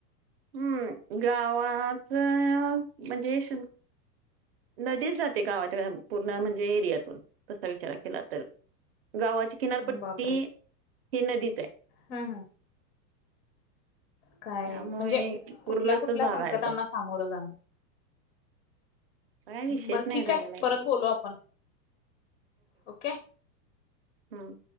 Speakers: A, on the right; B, on the left.
A: हम्म गावाच म्हणजे श नदीच जाते गावाच्या पूर्ण म्हणजे एरियातून तसा विचार केला तर गावाची किनारपट्टी
B: बापरे
A: ही नदीच आहे.
B: हम्म हम, काय
A: त्यामुळे
B: म्हणजे
A: पूरग्रस्तच
B: कुठल्या कुठल्या
A: भाग
B: संकटांना
A: आहे तो
B: सामोरं जाण
A: काय विषयच
B: बरं
A: नाही
B: ठीक
A: झालेला
B: आहे परत
A: तो
B: बोलो आपण ओके.
A: हम्.